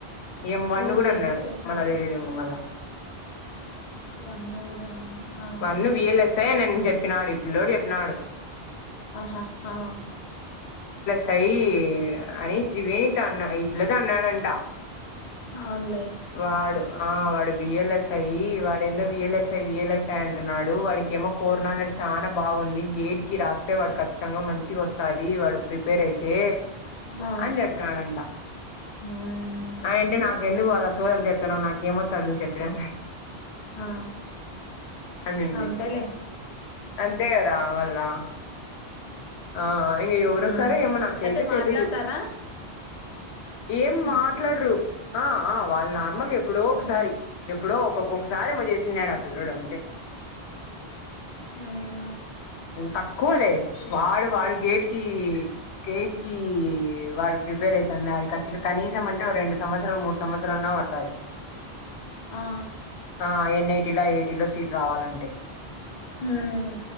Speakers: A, on the left (about 85°); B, on the left (about 55°).
A: ఏం వన్ను
B: నిన్న
A: కూడా
B: స్టేటస్
A: అన్నరు
B: పెట్టినారు
A: మళ్ళా తెలియదింగా మళ్ళా.
B: వన్ను కూడానా ఆ
A: వన్ను విఎల్ఎస్ఐ అని నేను చెప్పినాడు ఈ పిల్లోడు చెప్పినాడు.
B: ఆహా ఆ
A: చేయ్ అని త్రివేణితో అన్నా ఈ పిల్లతో అన్నాడంటా.
B: అవునులే
A: వాడు ఆ వాడు విఎల్ఎస్ఐ. ఈ వాడేందో విఎల్ఎస్ఐ విఎల్ఎస్ ఐ అంటున్నాడు. వాడికేమో కోర్ నాలెడ్జ్ చానా బాగుంది. గేట్ కి రాస్తే వాడు ఖచ్చితంగా మంచిగా వస్ స్తాది వాడు ప్రిపేర్ అయితే
B: ఆ
A: అని చెప్పినాడంటా.
B: మ్మ్
A: ఆఎంటి నాకు ఎందుకు వాళ్ళ సోది అంతా చెప్తున్నావు నాకు ఏమొచ్చని నువ్వు చెప్పినా
B: ఆ
A: అనింది
B: అంతేలే
A: అంతే కదరా మళ్ళా ఆ ఇంగ ఎవరోస్తారో
B: హ్మ్
A: ఏమో నాకైతే
B: అయితే మాట్లాడతరా
A: తెలీదు ఏం మాట్లాడరు. ఆ ఆ వాళ్ళు నార్మల్గా ఎప్పుడో ఒకసారి,
B: మ్మ్
A: ఎప్పుడో ఒక ఒకసారి ఏమో చేసినాడు ఆ పిల్లోడు అంతే
B: ఉ
A: తక్కువలే వాడు వాడి గేట్కి గేట్ కి కివాడు ప్రిపేర్ అయితండ్లే అది ఖచ్చిత కనీసం అంటే రెండు సంవత్సరాలు మూడు సంవత్సరాలు అన్నా పడతాది
B: ఆ
A: ఆ ఎన్ ఐటీలా ఐఐటీల సీట్ రావాలం
B: హ్మ్